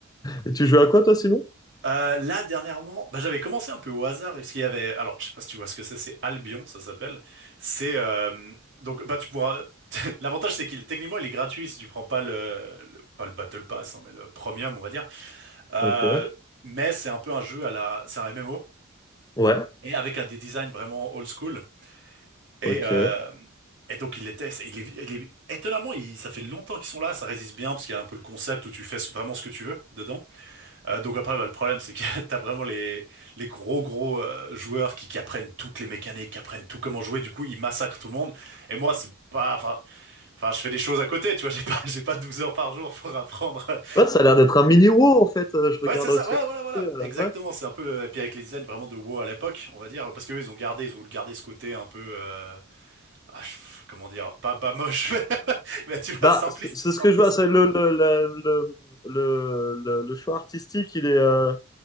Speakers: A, on the left (about 20°); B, on the right (about 60°).
A: Et tu joues à quoi toi sinon?
B: euh, là, dernièrement, bah, j'avais commencé un peu au hasard, parce qu'il y avait, alors, je sais pas si tu vois ce que c'est, c'est Albion, ça s'appelle. C'est, euh, donc, bah, tu pourras, <laughs> l'avantage, c'est qu'il, techniquement, il est gratuit si tu prends pas le, le- pas le Battle Pass, hein, mais le Premium, on va dire. Euh,
A: Ok.
B: mais c'est un peu un jeu à la, c'est un MMO,
A: Ouais.
B: et avec un des designs vraiment old school. Et,
A: Ok.
B: euh,
A: Ouais,
B: et donc, il était, c'est- il est, il est, étonnamment, il- ça fait longtemps qu'ils sont là, ça résiste bien, parce qu'il y a un peu le concept où tu fais ce- vraiment ce que tu veux dedans. Euh, donc après, bah, le problème, c'est que <laughs> t'as vraiment les, les gros gros euh, joueurs qui, qui apprennent toutes les mécaniques, qui apprennent tout comment jouer. Du coup, ils massacrent tout le monde. Et moi, c'est pas, enfin, enfin, je fais des choses à côté, tu vois. J'ai pas, <laughs> j'ai pas 12 heures par jour pour apprendre. <laughs>
A: ça a l'air d'être un mini WoW en fait. Euh, je regarde
B: Ouais, c'est ça.
A: aussi.
B: Ouais, voilà, voilà.
A: euh,
B: Exactement.
A: ouais.
B: C'est un peu le, et puis avec les designs vraiment de WoW à l'époque, on va dire, parce que eux, ils ont gardé, ils ont voulu garder ce côté un peu, euh, ah, je- comment dire, pas, pas moche, <laughs> mais tu vois,
A: Bah,
B: simpliste,
A: c'est c'est
B: simpliste.
A: ce que je vois, c'est le, le, le, le, le- le- le choix artistique, il est euh,